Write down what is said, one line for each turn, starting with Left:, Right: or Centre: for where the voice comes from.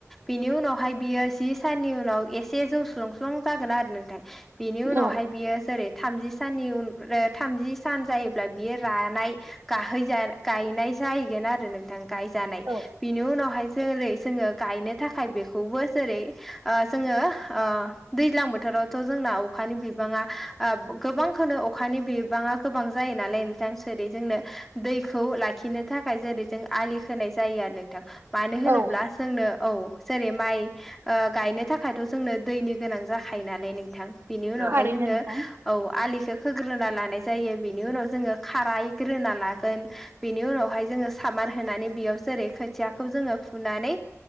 Centre: बिनि उनावहाय बियो जि साननि उनाव एसे जौस्लुंस्लुं जागोन आरो नोंथां बेनि उनावहाय
Right: औ
Centre: बियो जेरै थामजि साननि उन थामजि सान जायोब्ला बियो रानाय गाहैज गायनाय जाहैगोन आरो नोंथां गायजानाय
Right: औ
Centre: बिनि उनावहाय जेरै जोङो गायनो थाखाय बेखौबो जेरै जोङो दैज्लां बोथोरावथ' जोंना अखानि बिबाङा गोबांखौो अखानि बिबाङा गोबां जायो नालाय नोंथां सोरै जोंनो दैखौ लाखिनो थाखाय जेरै जों आलि होनाय जायोानो मानो होनोब्ला
Right: औ
Centre: जोंनो औ जेरै माइ गायनो थाखायथ' जोंनो दैनि गोनां जाखायो नालाय नोंथां बेनि उनावहाय
Right: थारैनो
Centre: जोङो
Right: नोंथां
Centre: औ आलिखौ खोग्रोना लानाय जायो बिनि उनाव जोङो खारायग्रोना लागोन बेनि उनावहाय जोङो सामार होनानै बेयाव जेरै खोथियाखौ जोङो फुनानै